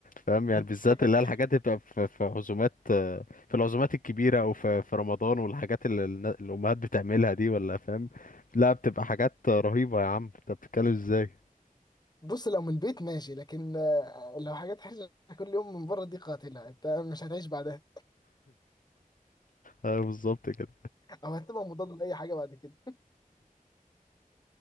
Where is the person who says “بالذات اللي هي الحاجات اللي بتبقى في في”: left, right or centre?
Left